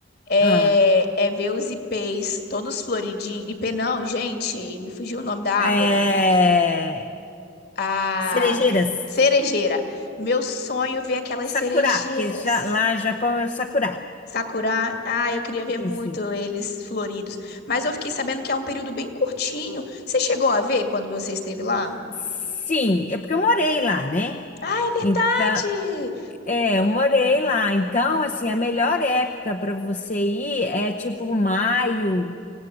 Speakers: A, on the left (about 50°); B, on the left (about 35°).
A: É,
B: Ah,
A: é ver os ipês todos floridinhos. Ipê não, gente, me fugiu o nome da árvore.
B: é,
A: A
B: cerejeiras,
A: cerejeira. Meu sonho é ver aquelas
B: Sakura,
A: cerejeiras.
B: que já, lá no Japão é Sakura.
A: Sakura, ah, eu queria ver
B: Isso.
A: muito eles floridos. Mas eu fiquei sabendo que é um período bem curtinho. Você chegou a ver quando você esteve lá?
B: Sim, é porque eu morei lá, né?
A: Ah, é verdade!
B: Então, É, eu morei lá. Então, assim, a melhor época para você ir é tipo maio,